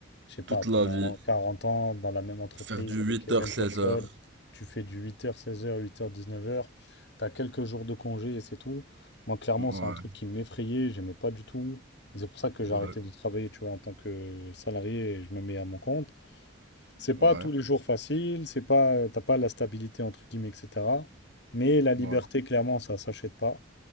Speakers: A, on the left; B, on the right.
A: je sais pas,
B: Toute
A: pendant
B: la vie.
A: 40 ans dans la même entreprise,
B: Faire du huit
A: avec les
B: heures
A: mêmes
B: seize
A: personnes,
B: heures
A: tu fais du huit heures seize heures huit heures dix-neuf heures t'as quelques jours de congé et c'est tout. Moi, clairement,
B: Ouais,
A: c'est un truc qui m'effrayait, j'aimais pas du tout, et c'est pour ça que j'ai
B: ouais,
A: arrêté de travailler, tu vois, en tant que salarié, et je me mets à mon compte. C'est pas
B: ouais,
A: tous les jours facile, c'est pas, euh, t'as pas la stabilité entre guillemets, etc. Mais la liberté,
B: ouais.
A: clairement, ça s'achète pas.